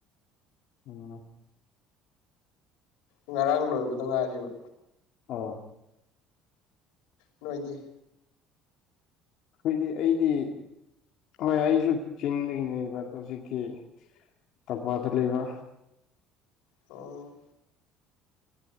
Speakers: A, on the left; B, on the left.
A: ꯎꯝ
B: ꯉꯔꯥꯡ ꯂꯣꯏꯕꯗ ꯉꯥꯏꯔꯤꯕ
A: ꯑꯣ
B: ꯅꯣꯏꯗꯤ
A: ꯑꯩꯈꯣꯏꯗꯤ ꯑꯩꯗꯤ ꯍꯣꯏ ꯑꯩꯁꯨ ꯆꯤꯡꯗꯒꯤꯅꯦꯕ ꯑꯘꯣ ꯍꯧꯖꯤꯛꯇꯤ ꯇꯝꯄꯥꯛꯇ ꯂꯩꯕ
B: ꯑꯣ